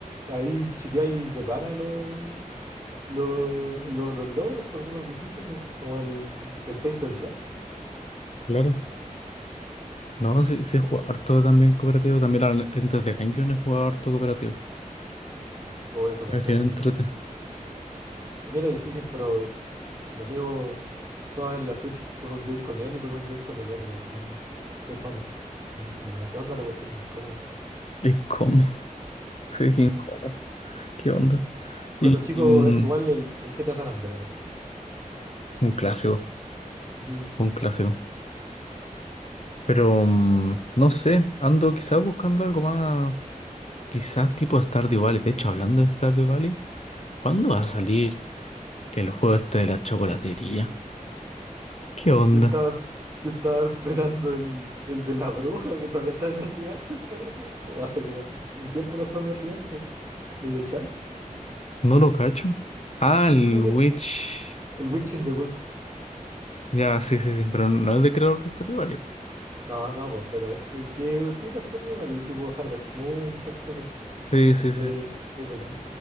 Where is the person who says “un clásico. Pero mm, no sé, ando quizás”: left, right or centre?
Left